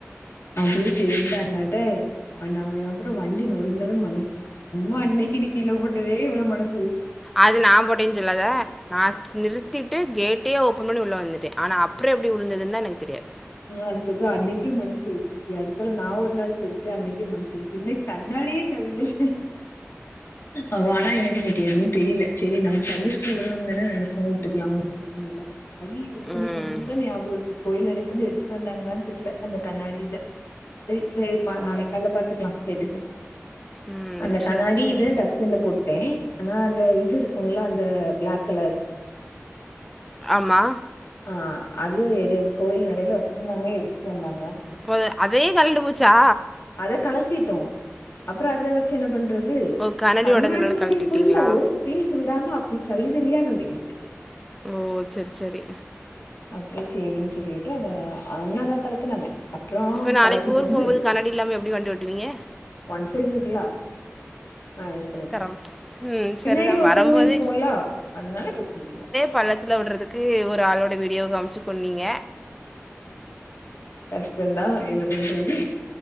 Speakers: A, on the left; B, in the centre.
A: அப்டியே சென்ட் அண்ணாட்ட அண்ணா அப்றோ வண்டி நொறுங்கனது மனசு சும்மா அன்னக்கி நீ கீழ போட்டதே இவ்ளோ எவ்ளோ மனசு உரு
B: அது நா போட்டனு சொல்லாத நா நிறுத்திட்டு கேட்டே ஓப்பன் பண்ணி உள்ள வந்துட்டே ஆனா அப்றோ எப்டி உழுந்துன்ன எனக்கு தெரியாது
A: அதுக்கப்பறோ அன்னைக்கே மனசுச்சி அடுத்தது நா ஒரு நாள் சிரிச்சு அன்னைக்கி மனசுச்ச இன்னிக் கண்ணாடியி சல்ல அவ ஆனா எனக்கு இனக்கி எதுவு தெரில செரி நம்ம சர்வீஸ் உடுனோம் தான நெனச்சோ உட்டுக்கலா இல்ல ஐயயோ இப்ப
B: ம்
A: நீ சொன்னோன தா ஞாபகத்துக்கு கோயில் நடையிலருந்து எடுத் து வந்தாங்களானு தெர்ல அந்த கண்ணாடி இத செரி இல்லயப்பா நாளைக் காலைல பாத்துக்லா கேட்டு
B: ம்
A: அந்த கண்ணாடி
B: சரி சரி
A: இது டஸ்ட்பின்ல போட்டே ஆனா அந்த இது இருக்குல்ல அந்த பிளாக் கலர்
B: ஆமா
A: அ அது எடு கோயில் நடையில வச்சிருந்தாங்க எடுத்துட்டு வந்தாங்க
B: போ அதே கழண்டு போச்சா
A: அத கழட்டிட்டோ அப்றோ அ த வச்சி என்ன பண்றது
B: ஓ
A: கண்ணாடி
B: உடஞ்சனால கழட்டிட்டீங்களா
A: அடி ஃபுல்லா ஒரு பிஸ் விடாம அப்டி சல்லி சலியா நொறுங்கிட்டு
B: ஓ சேரி சேரி
A: அப்றோ சேரினு சொல்லிட்டு அத அண்ணாதா கழத்துனாங்க அப்புறோ
B: இப்ப நாளைக்கி
A: கழச்சிட்டு
B: ஊர்க்
A: வந்து
B: போம்போது கண்ணாடி இல்லாம எப்டி வண்டி ஓட்டுவீங்க
A: ஒன் சைட் இருக்குலா ம் பண்ணிட்டா
B: தரம் ம்
A: பின்னாடி
B: சரிதான்
A: ஒருத்தவுங்க
B: வரும்போது
A: இருப்போல்ல அதனால பெரச்சன இல்ல
B: பள்ளத்தல உடுறதுக்கு ஒரு ஆளோட வீடியோ காமிச்சி சொன்னீங்க
A: கஷ்டதா என்ன பண்றது